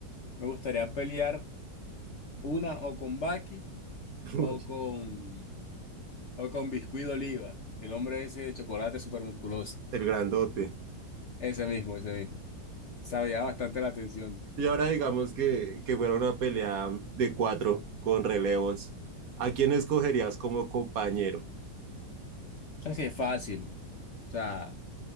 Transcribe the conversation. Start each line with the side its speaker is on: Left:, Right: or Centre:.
Left: Me gustaría pelear una o con Baki
Right: <laughs>
Left: o con, o con Biscuit de Oliva, el hombre ese de chocolate súper musculoso.
Right: El grandote.
Left: Ese mismo, ese mismo. Sabía bastante la atención.
Right: Y ahora digamos que, que fuera una pelea de cuatro con relevos. ¿A quién escogerías como compañero?
Left: O sea, sí es fácil. O sea,